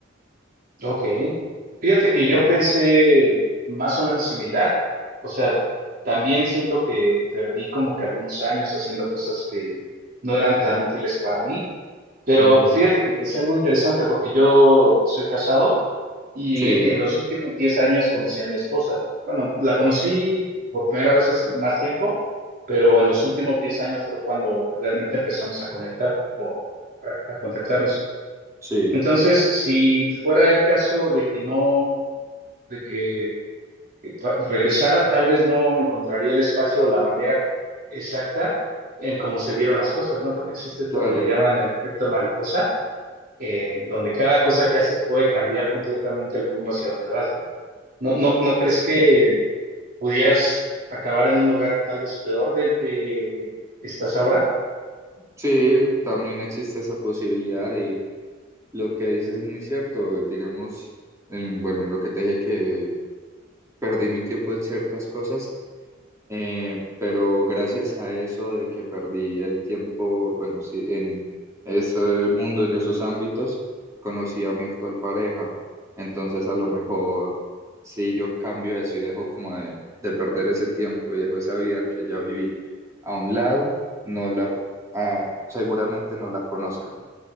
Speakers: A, on the right; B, on the right.
A: Ok. Fíjate que yo pensé más o menos similar. O sea, también siento que perdí como que algunos años haciendo cosas que no eran tan útiles para mí. Pero
B: Ujú.
A: fíjate que pensé algo interesante porque yo soy casado Y
B: Sí,
A: en los últimos 10 años conocí a mi esposa. Bueno, la conocí por primera vez hace más tiempo, pero en los últimos 10 años fue cuando realmente empezamos a conectar o a, a contactarnos.
B: sí,
A: Entonces, si fuera el caso de que no, de que, que pa- regresara, tal vez no encontraría el espacio o la manera exacta en cómo se dieron las cosas, ¿no? Porque existe esto
B: claro.
A: que le llaman el efecto mariposa, eh, donde cada cosa que haces puede cambiar completamente el rumbo hacia donde vas, ¿no? ¿No, no, no crees que pudieras acabar en un lugar tal vez peor del que estás ahora?
B: Sí, también existe esa posibilidad y lo que dices es muy cierto, digamos en- bueno, lo que te dije que perdí mi tiempo en ciertas cosas, eh, pero gracias a eso de que perdí el tiempo, bueno, sí, en ese mundo, en esos ámbitos, conocí a mi actual pareja. Entonces, a lo mejor, si yo cambio eso y dejo como de, de perder ese tiempo y dejo esa vida que ya viví a un lado, no la, ah, seguramente no la conozca.